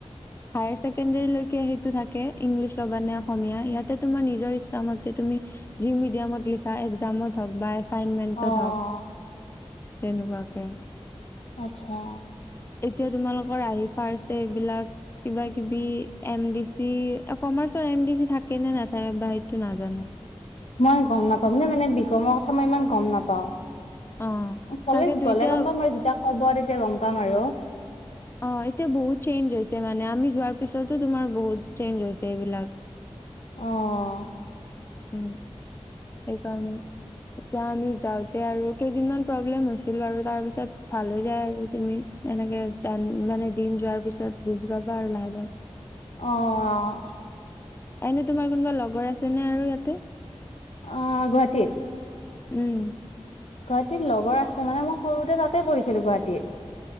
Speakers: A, on the left; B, on the left.
A: হায়াৰ ছেকেণ্ডৰীলৈকে সেইটো থাকে, ইংলিছ ল'বা নে অসমীয়া ইয়াতে তোমাৰ নিজৰ ইচ্ছামতে তুমি যি মিডিয়ামত লিখা একজামত হওক বা এছ ফাইনমেণ্টত
B: অ'
A: হওক তেনেকুৱাকে।
B: আচ্ছা।
A: এতিয়া তোমালোকৰ আহি ফাৰ্ষ্ট এইবিলাক কিবা- কিবি এম ডি চি কমাৰ্চৰ এম ডি চি থাকে নে নাথাকে বা সেইটো নাজানো।
B: মই গম নাপাম নে মানে বিকমৰ কথা মই ইমান গম নাপাওঁ।
A: অ
B: কলেজ
A: তাকেতো
B: গ'লে
A: এতিয়া
B: গম পাম আৰু যেতিয়া ক'ব তেতিয়া গম পাম আৰু।
A: অ, এতিয়া বহুত চেঞ্জ হৈছে মানে আমি যোৱাৰ পিছতো তোমাৰ বহুত চেঞ্জ হৈছে এইবিলাক।
B: অ',
A: উম, এইকাৰণে। এতিয়া আমি যাওঁতে আৰু কেইদিনমান প্ৰব্লেম হৈছিল বাৰু তাৰ পিছত ভাল হৈ যায় আৰু তুমি। এনেকে জান মানে দিন যোৱাৰ পিছত বুজি পাবা আৰু লাহে-লাহে।
B: অ',
A: এনে তোমাৰ কোনবা লগৰ আছে নে আৰু ইয়াতে?
B: অ, গুৱাহাটীত?
A: উম।
B: গুৱাহাটীত লগৰ আছে মানে মই সৰুতে তাতে পঢ়িছিলো গুৱাহাটীত।